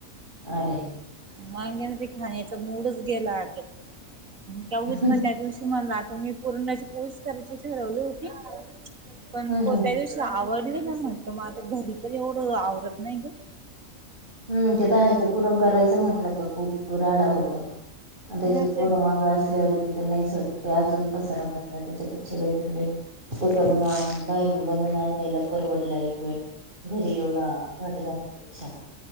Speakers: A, on the right; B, on the right.
A: अरे.
B: मगे ना ते खाण्याचा मूडच गेला अगं उगीच
A: हम्म
B: मग त्या दिवशी म्हणलं आता मी पुरणाची पोळीच करायची ठरवली होती. पण को
A: हम्म
B: त्या दिवशी आवडली ना. म्हंटलं मग आता घरी पण एवढं आवरत नाही ग!
A: हम ते दहायचं पुरण करायचं! म्हटलं का खूप राडा होतो आणि त्याच्यात
B: हा
A: पोरं
B: ते
A: माग असल्यावरती तर नाहीच होत. ते अजून पसारा करतात, त्याच्यापेक्षा बेटर वे तिकडनं बाहेरून बनून आणलेला परवडल एक वेळ. घरी एवढा घाट घालण्यापेक्षा.